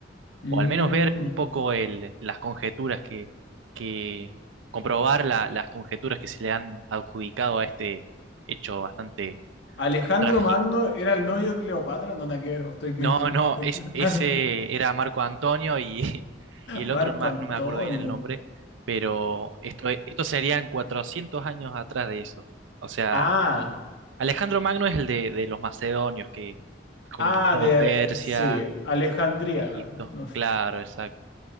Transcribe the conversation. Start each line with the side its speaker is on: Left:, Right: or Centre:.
Left: Mm.
Right: o al menos ver un poco el- las conjeturas que, que comprobar la- las conjeturas que se le han adjudicado a este hecho bastante
Left: Alejandro
Right: trágico.
Left: Magno era el novio de Cleopatra, no, no quiero, estoy mintiendo.
Right: No, no,
Left: <laughs>
Right: es- ese era Marco Antonio y, <laughs> y el
Left: Marco
Right: otro no me,
Left: Antonio.
Right: no me acuerdo bien el nombre, pero esto, esto serían 400 años atrás de eso. O sea,
Left: Ah,
Right: Alejandro Magno es el de, de los macedonios que conquistaron
Left: ah, de,
Right: Persia,
Left: sí, Alejandría.
Right: Egipto,
Left: No.
Right: claro, exacto.